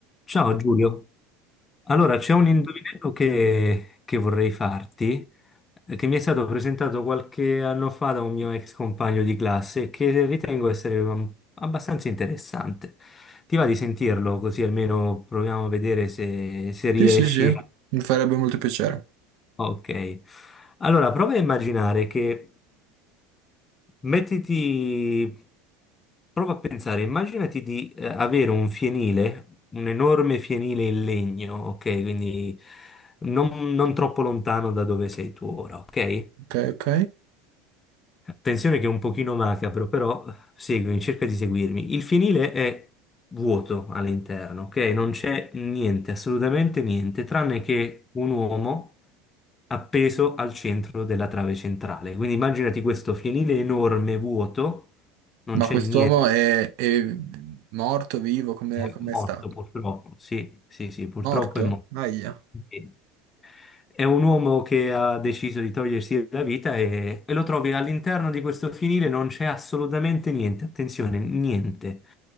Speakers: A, on the left; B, on the right.
A: Ciao Giulio, allora c'è un indovinello che, che vorrei farti, eh, che mi è stato presentato qualche anno fa da un mio ex compagno di classe e che ritengo essere um, abbastanza interessante. Ti va di sentirlo così almeno proviamo a vedere se, se riesci
B: Sì, sì, sì, mi farebbe molto piacere.
A: Ok. Allora, prova a immaginare che mettiti, prova a pensare, immaginati di eh, avere un fienile, un enorme fienile in legno, ok? Quindi non, non troppo lontano da dove sei tu ora, ok?
B: Ok, ok.
A: Tensione che è un pochino macabro, però seguimi, cerca di seguirmi. Il finile è vuoto all'interno, ok? Non c'è niente, assolutamente niente, tranne che un uomo appeso al centro della trave centrale. Quindi immaginati questo finile enorme, vuoto, non
B: Ma
A: c'è
B: quest'uomo
A: niente,
B: è, è morto, vivo, come,
A: è
B: come
A: morto
B: sta?
A: purtroppo. Sì, sì, sì, purtroppo
B: Morto?
A: è morto.
B: Aia,
A: Ok. È un uomo che ha deciso di togliersi la vita e, e lo trovi all'interno di questo finire, non c'è assolutamente niente, attenzione, niente.